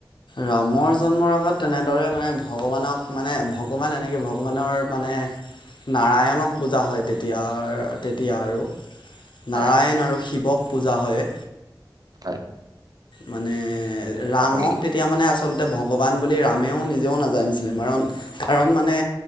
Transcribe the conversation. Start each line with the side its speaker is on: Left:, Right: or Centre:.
Left: ৰামৰ জন্মৰ আগত তেনেদৰে মানে ভগৱানক- মানে ভগৱান এনেকৈ ভগৱানৰ মানে- নাৰায়ণক পূজা হয় তেতিয়া তেতিয়া আৰু। নাৰায়ণ
Right: হয়
Left: আৰু শিৱক পূজা হয়।
Right: হয়
Left: মানে ৰামক
Right: আপুনি
Left: তে- তেতিয়া মানে আচলতে ভগৱান বুলি ৰামেও নিজেও নাজানিছিলে, কাৰণ- কাৰণ মানে